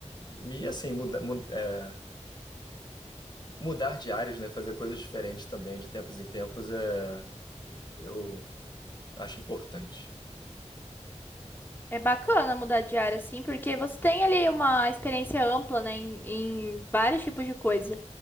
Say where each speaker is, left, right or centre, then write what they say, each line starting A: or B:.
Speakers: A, on the left; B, on the left.
A: E, e assim, muda, muda- é, mudar de áreas, né? Fazer coisas diferentes também, de tempos em tempos, é, eu acho importante.
B: É bacana mudar de área, assim, porque você tem ali uma experiência ampla, né, em, em vários tipos de coisa.